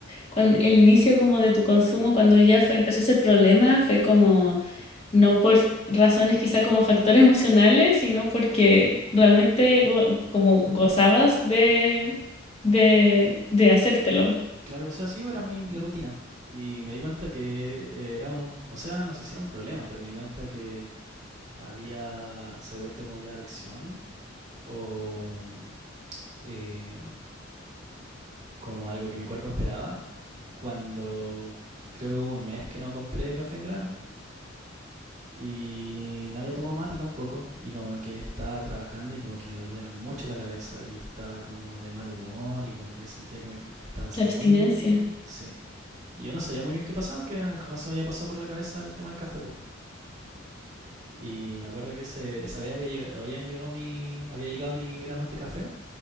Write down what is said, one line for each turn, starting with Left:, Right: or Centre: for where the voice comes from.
Left: cuando, el inicio como de tu consumo, cuando ya fue, empezó ese problema, fue como, no por razones quizá como factores emocionales, sino porque realmente go- como gozabas de, de, de hacértelo,
Right: Claro, o sea, sí, era muy mi rutina. Y me di cuenta que eh, era un, o sea, no sé si era un problema, pero me di cuenta que había, se había vuelto como ya adicción o eh, como algo que mi cuerpo esperaba cuando creo que hubo un mes que no compré café en grano. Y no había tomado mate tampoco. Y como que estaba trabajando y como que me dolía mucho la cabeza. Y yo estaba como de mal humor y como que sentía que me estaba así
Left: la
Right: como
Left: abstinencia.
Right: muy. Sí. Y yo no sabía muy bien qué pasaba porque jamás se me había pasado por la cabeza el tema del café, po. Y me acuerdo que ese- esa vez había llegado habían llegado mi, había llegado mis granos de café.